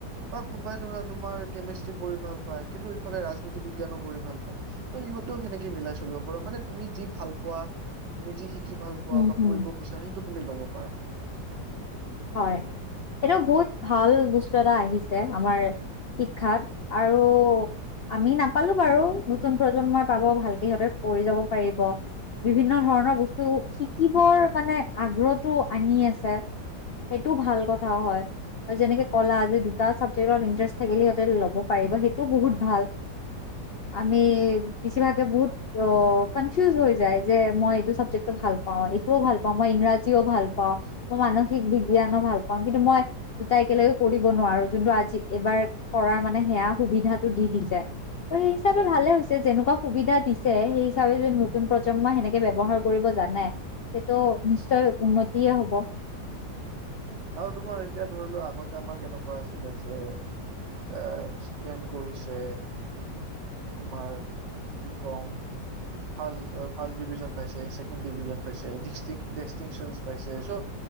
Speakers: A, on the right (about 85°); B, on the left (about 65°).
A: বা কোনোবাই ধৰা তোমাৰ কেমিষ্ট্ৰি পঢ়ি ভাল পায়, কিন্তু ইফালে ৰাজনীতি বিজ্ঞানো পঢ়ি ভাল পায়। ত' সিহঁতো সেনেকে মিলাই চলিব পাৰো, মানে তুমি যি ভাল পোৱা তুমি যি শিকি ভাল পোৱা
B: উম
A: বা
B: হম
A: কৰিব বিচাৰা সেইটো তুমি ল'ব পাৰা।
B: হয় এইটো বহুত ভাল বস্তু এটা আহিছে আমাৰ শিক্ষাত আৰু আমি নাপালো বাৰু নতুন প্ৰজন্মই পাব, ভালকে সিহঁতে কৰি যাব পাৰিব। বিভিন্ন ধৰণৰ বস্তু শিকিবৰ কাৰনে আগ্ৰহতো আনি আছে। সেইটো ভাল কথাও হয়। আৰু যেনেকে কলা যে দুটা ছাবজেক্টত ইণ্টাৰেষ্ট থাকিলে সিহঁতে ল'ব পাৰিব, সেইটোও বহুত ভাল। আমি বেছিভাগে বহুত ত' কনফিউজ হৈ যায় যে মই এইটো চাবজেক্টটো ভাল পাওঁ এইটোও ভাল পাওঁ মই ইংৰাজীও ভাল পাও মই মানসিক বিজ্ঞানো ভাল পাওঁ কিন্তু মই দুটাই একেলগে কৰিব নোৱাৰো যোনটো আজি এইবাৰ কৰাৰ মানে সেয়া সুবিধাটো দি দিছে। ত' সেই হিচাপে ভালে হৈছে যেনেকুৱা সুবিধা দিছে সেই হিচাপে যদি নতুন প্ৰজন্মই সেনেকে ব্যৱহাৰ কৰিব জানে সেইটো নিশ্চয় উন্নতিয়ে হ'ব।
A: আৰু তোমাৰ এতিয়া ধৰি লোৱা আগতে আমাৰ কেনেকুৱা আছিলে যে এ ষ্টেন কৰিছে। তোমাৰ কি ক'ম ফাছ ফ্ৰাষ্ট ডিভিজন পাইছে ছে কেণ্ড ডিভিজন পাইছে ডিষ্টিক ডেষ্টিংচন পাইছে চ'